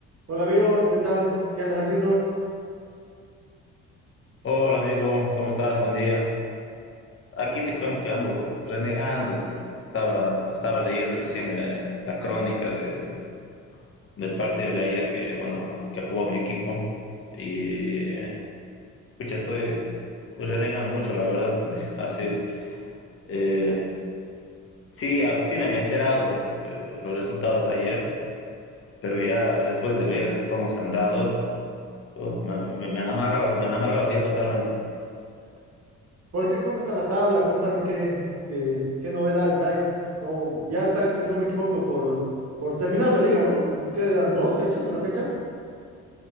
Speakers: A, on the right; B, on the left.
A: Hola amigo, ¿qué tal? ¿Qué andas haciendo?
B: Hola amigo, ¿cómo estás? Buen día. Aquí te cuento que ando renegando. Estaba, estaba leyendo recién eh, la crónica de- del partido de ayer que, bueno, que jugó mi equipo. Y pucha, estoy renegando mucho, la verdad. Eh, así, eh, sí, a- sí me había enterado eh, los resultados ayer, pero ya después de ver cómo se han dado, uf, me, me- me han amargado, me han amargado el día totalmente.
A: ¿Por qué? ¿Cómo está la tabla? Contame qué, eh, qué novedades hay. ¿Cómo- Ya está, si no me equivoco, por, por terminar la liga, ¿no? Quedan dos fechas, una fecha.